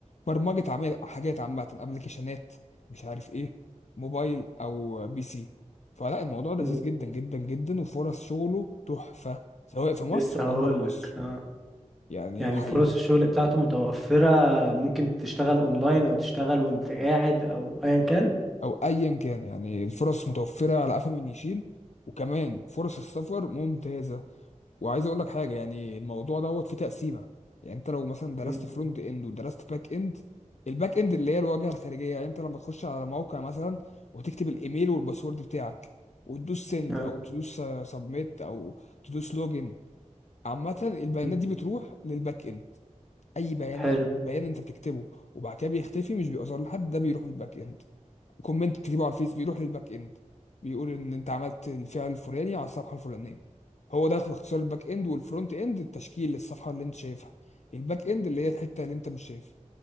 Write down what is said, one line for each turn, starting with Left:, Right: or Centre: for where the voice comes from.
Left: برمجة عم- حاجات عامة ابلكيشنات مش عارف ايه موبايل او بي سي فلا الموضوع لذيذ
Centre: مم.
Left: جدا جدا جدا وفرص شغله تحفة سواء في مصر
Centre: لسه هقول
Left: او بره مصر
Centre: لك اه
Left: يعني
Centre: يعني
Left: حقيقة
Centre: فرص الشغل بتاعته متوفرة ممكن تشتغل اونلاين او تشتغل وانت قاعد او ايا كان
Left: او ايا كان يعني الفرص متوفرة على قفا من يشيل وكمان فرص السفر ممتازة وعايز اقول لك حاجه يعني الموضوع دوت فيه تقسيمه يعني انت لو مثلا درست
Centre: مم.
Left: فرونت اند ودرست باك اند الباك اند اللي هي الواجهه الخارجيه يعني انت لما تخش على موقع مثلا وتكتب الايميل والباسورد بتاعك وتدوس سند
Centre: اه
Left: او تدوس سبميت او تدوس لوجن عامه البيانات
Centre: مم.
Left: دي بتروح للباك اند اي بيان
Centre: حلو
Left: بيان انت بتكتبه وبعد كده بيختفي مش بيظهر لحد ده بيروح للباك اند كومنت تجيبه على الفيس بيروح للباك اند بيقول ان انت عملت الفعل الفلاني على الصفحه الفلانيه هو ده باختصار الباك اند والفرونت اند التشكيل للصفحه اللي انت شايفها الباك اند اللي هي الحته اللي انت مش شايفها